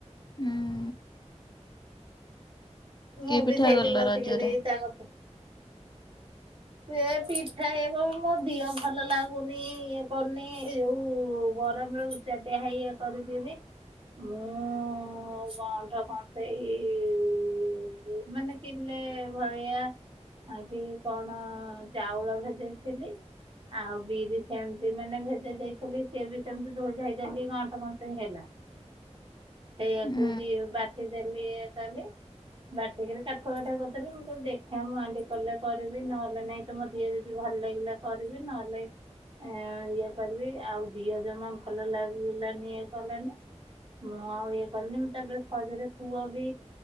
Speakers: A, on the left; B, on the right.
A: ଉଁ,
B: ମୁଁ
A: କି ପିଠା
B: ବି ସେଇଠି
A: କଲ
B: ବସିକିରି
A: ରଜରେ?
B: ତା କତ ଏ ପିଠା ଏ କଣ ମୋ ଦିଅ ଭଲ ଲାଗୁନି ଇଏ କରୁନି ଏଇ ଯୋଉ ଗରମରୁ ଉଚ୍ଚାଟିଆ ହେଇ ଇଏ କରୁଚି ବି। ମୁଁ ଗଣ୍ଠ କସେଇ ଇ, ଏଇ ମାନେ କିିଲେ ଭଳିଆ ଆଉ କି କଣ ଚାଉଳ ଭେଦେଇଥିଲି। ଆଉ ବିରି ସେମିତି ମାନେ ଭେଦେଇ ଦେଇଥିଲି ସିଏ ବି ସେମିତି ଧୋଇ ଧାଇ ଦେଲି ଗଅଠ କଁସେ ହିଁ ହେଲା। ସେଇଆକୁ
A: ଉଁ
B: ଦି- ବାଟି ଦେଲି ଏ କାଲି, ବାଟି କିରି କାଠ <unintelligible> କରିଦେଲି ଆଉ। ତ ଦେଖେ ମୁଁ ଆଜି କଲେ କରିବି ନହେଲେ ନାଇଁ ତ ମୋ ଦିଅ ଯଦି ଭଲ ଲାଗିଲା କରିବି। ନହେଲେ ଏ ଇଏ କରିବି ଆଉ ଦିଅ ଜମା ଭଲ ଲାଗିଲାନି ଇଏ କଲାନି। ମୁଁ ଆଉ ଇଏ କଲିନି ମୁଁ ତାପରେ ସଜରେ ପୁଅ ବି